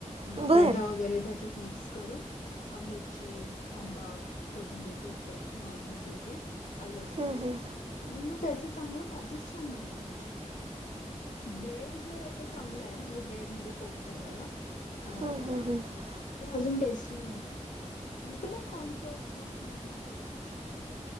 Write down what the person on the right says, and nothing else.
बरं
हं,
हं.
हम्म, हम्म,
हम्म.